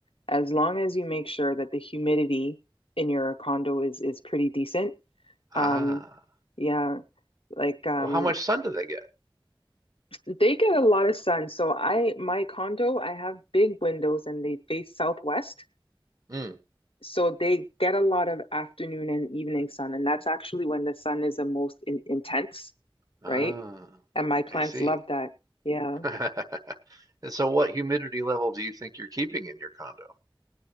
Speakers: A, on the left; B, on the right.
A: as long as you make sure that the humidity in your condo is is pretty decent.
B: Ah,
A: Um, yeah, like um,
B: well, how much sun do they get?
A: they get a lot of sun. So I my condo, I have big windows and they face southwest.
B: Mm.
A: So they get a lot of afternoon and evening sun, and that's actually when the sun is the most in intense,
B: Ah,
A: right? And my plants
B: I see.
A: love that. Yeah.
B: <laughs> And so what humidity level do you think you're keeping in your condo?